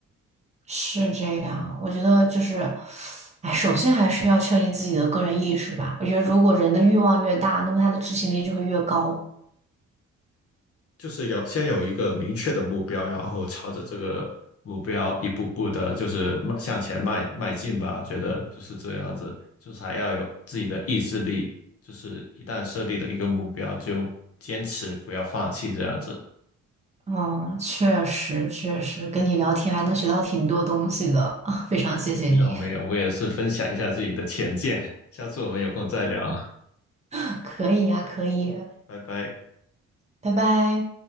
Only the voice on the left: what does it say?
就是要先有一个明确的目标，然后朝着这个目标一步步的，就是迈向前迈迈进吧。觉得就是这样子，就是还要有自己的意志力，就是一旦设立了一个目标，就坚持，不要放弃这样子。
没有没有，我也是分享一下自己的浅见，下次我们有空再聊，
拜拜。